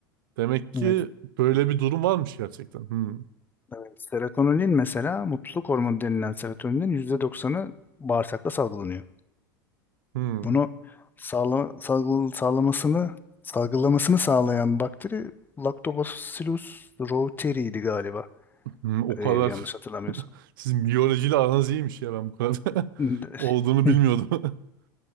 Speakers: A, on the right; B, on the left.
A: Demek ki
B: Evet,
A: böyle bir durum varmış gerçekten. Hmm.
B: evet. Serotonin mesela mutluluk hormonu denilen serotoninin yüzde doksanı bağırsakta salgılanıyor.
A: Hmm.
B: Bunu sağla, salgı- sağlamasını salgılamasını sağlayan bakteri Lactobacillus reuteri'ydi galiba.
A: Hmm. O
B: Ee,
A: kadar
B: yanlış hatırlamıyorsam.
A: <laughs> sizin biyolojiyle aranız iyiymiş ya ben bu kadar
B: <laughs>
A: <laughs> olduğunu bilmiyordum. <laughs>